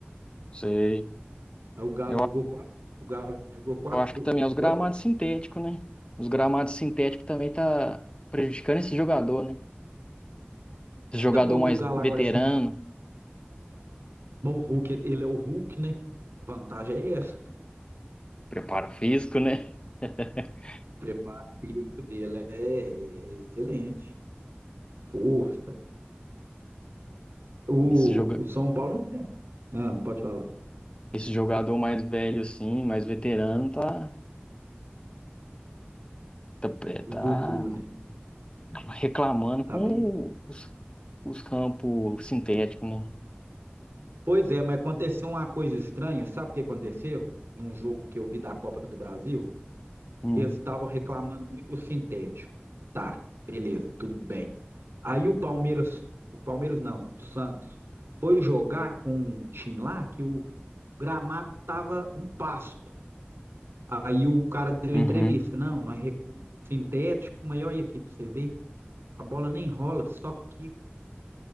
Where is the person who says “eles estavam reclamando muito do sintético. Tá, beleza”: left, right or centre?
Right